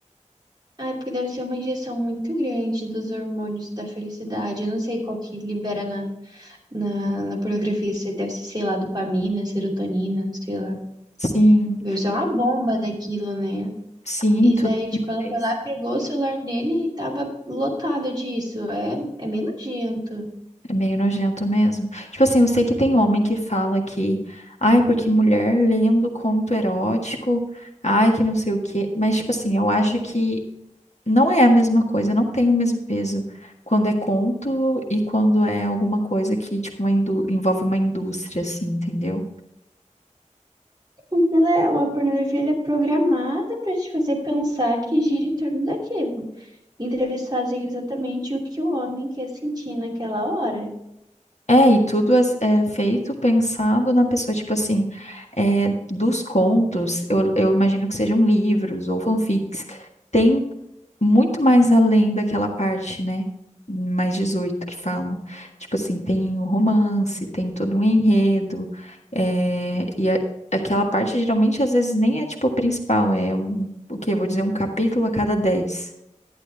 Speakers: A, on the right; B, on the left.
A: Ah, é porque deve ser uma injeção muito grande dos hormônios da felicidade. Eu não sei qual que libera na, na, na pornografia. Se deve ser, sei lá, dopamina, serotonina, sei lá.
B: Sim,
A: Deve ser uma bomba daquilo, né?
B: sim,
A: E
B: tudo
A: daí,
B: de
A: tipo,
B: uma
A: ela
B: vez.
A: foi lá, pegou o celular dele e tava lotado disso. É, é meio nojento.
B: É meio nojento mesmo. Tipo assim, eu sei que tem homem que fala que, ai, porque mulher lendo conto erótico, ai, que não sei o quê. Mas, tipo assim, eu acho que não é a mesma coisa, não tem o mesmo peso quando é conto e quando é alguma coisa que, tipo, uma indú- envolve uma indústria, assim, entendeu?
A: Porque ela, é- a pornografia ela é programada pra te fazer pensar que gira em torno daquilo. Então eles fazem exatamente o que o homem quer sentir naquela hora.
B: É, e tudo é, é feito pensado na pessoa, tipo assim, é, dos contos, eu, eu imagino que sejam livros ou fanfics, tem muito mais além daquela parte, né? Mais 18 que falam. Tipo assim, tem o romance, tem todo um enredo. eh, e a- aquela parte geralmente às vezes nem é tipo a principal, é um, o quê? Vou dizer um capítulo a cada 10.